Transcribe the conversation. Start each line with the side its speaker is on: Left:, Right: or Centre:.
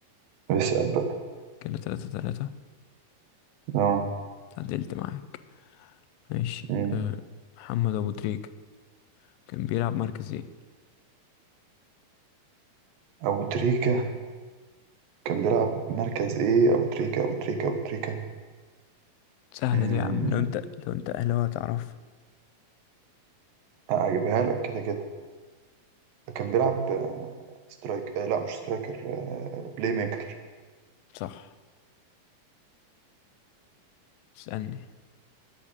Right: بسأل بقى
Left: كده تلاتة تلاتة
Right: اه
Left: تعدلت معاك ماشي
Right: امم
Left: أه محمد ابو تريكة كان بيلعب مركز ايه
Right: أبو تريكة كان بيلعب مركز إيه أبو تريكة أبو تريكة أبو تريكة
Left: سهلة
Right: امم
Left: دي يا عم لو انت لو انت اهلاوي هتعرف
Right: أجيبها لك كده كده كان بيلعب آه، سترايك آه لا مش سترايكر آه بلاي ميكر
Left: صح اسألني